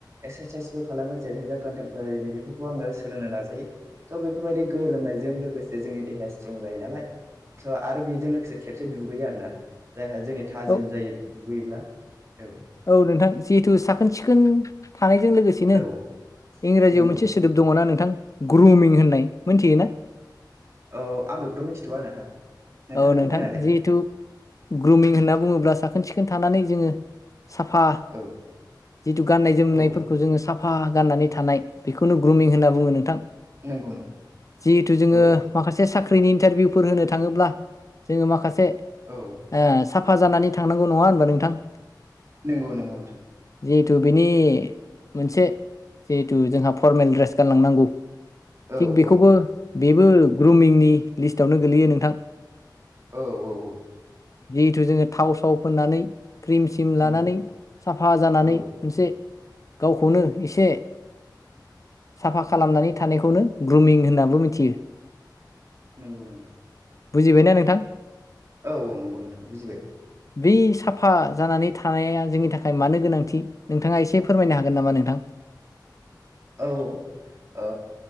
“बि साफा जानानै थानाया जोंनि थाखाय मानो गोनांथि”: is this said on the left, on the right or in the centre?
Left